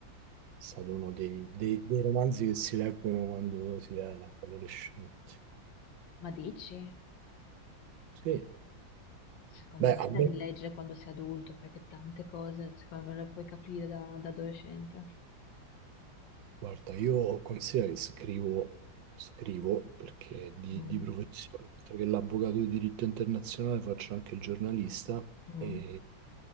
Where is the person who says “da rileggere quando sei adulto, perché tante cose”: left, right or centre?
Left